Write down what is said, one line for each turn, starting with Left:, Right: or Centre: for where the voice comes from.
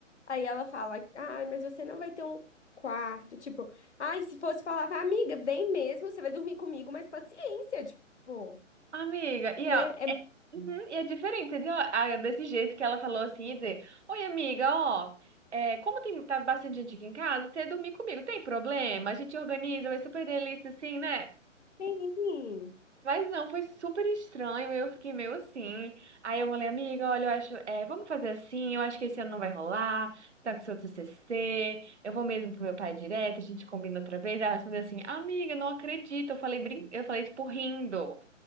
Left: Aí ela fala, ai, mas você não vai ter um quarto. Tipo, ai, se fosse falar, amiga, vem mesmo, você vai dormir comigo, mas paciência, tipo,
Right: Amiga, e
Left: né? É...
Right: Uhum, e é diferente, entendeu? Ah, é desse jeito que ela falou assim, e dizer, Oi, amiga, ó, é, como tem, tá bastante gente aqui em casa, você dormir comigo, tem problema? A gente organiza, vai super delícia, assim, né?
Left: Sim.
Right: Mas não, foi super estranho. Eu fiquei meio assim. Aí eu falei, amiga, olha, eu acho, é, vamos fazer assim. Eu acho que esse ano não vai rolar. Tá com seu TCC. Eu vou mesmo pro meu pai direto. A gente combina outra vez. Ela respondeu assim, amiga, não acredito. Eu falei, brin... eu falei tipo rindo